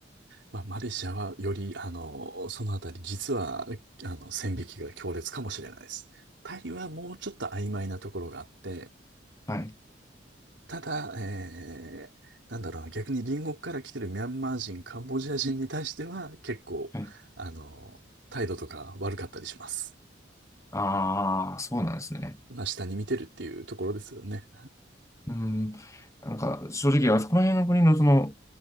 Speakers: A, on the right; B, on the left.
A: まあ、マレーシアはより、あの、そのあたり、実は、あの、線引きが強烈かもしれないです。タイはもうちょっと曖昧なところがあって、
B: はい、
A: ただ、えー、なんだろうな、逆に隣国から来てるミャンマー人、カンボジア人に対しては、結構、
B: はい。
A: あの、態度とか悪かったりします。
B: ああ、そうなんですね。
A: まあ、下に見てるっていうところですよね。
B: うん、なんか正直、あそこら辺の国のその、